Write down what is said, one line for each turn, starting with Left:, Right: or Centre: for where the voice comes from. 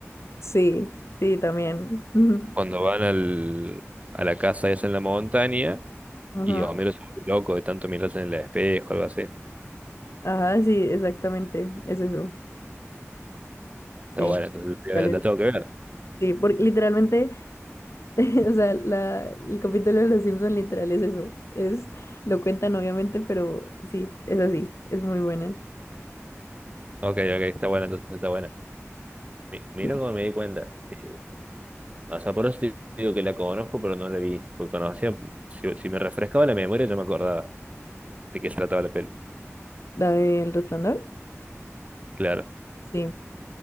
Left: Sí, sí, también. Ujú.
Right: cuando van al, a la casa esa en la montaña
Left: Ajá,
Right: y Homero se vuelve loco de tanto mirarse en el espejo, algo así.
Left: Ajá, sí, exactamente. Es eso. Sí,
Right: Está buena, entonces la
Left: dale.
Right: la tengo que ver.
Left: Sí, porque literalmente, <laughs> o sea, la, el capítulo de Los Simpson literal es eso. Es, lo cuentan obviamente, pero sí, es así. Es muy buena.
Right: Ok, ok, está buena, entonces está buena. Mi- Mira
Left: Sí.
Right: cómo me di cuenta. sí. O sea, por eso te digo que la conozco, pero no la vi. Porque conocía, si, si me refrescaba la memoria, yo me acordaba de qué se trataba la peli.
Left: ¿La del resplandor?
Right: Claro.
Left: Sí,